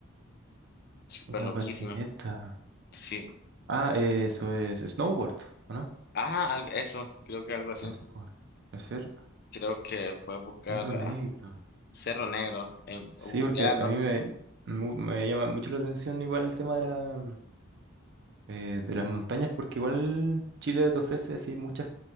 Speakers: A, on the left; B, on the right.
A: Súper
B: Una
A: loquísimo.
B: patineta.
A: Sí.
B: Ah, eh, eso es snowboard, ¿o no?
A: Ajá, al- eso, creo que algo así.
B: Snowboard. Puede ser
A: Creo que fue buscar
B: negro
A: a
B: negro.
A: Cerro Negro en googlearlo.
B: Sí, porque a mí me, mu- me llama mucho la atención igual el tema de la, eh, de las montañas, porque igual Chile te ofrece así muchas,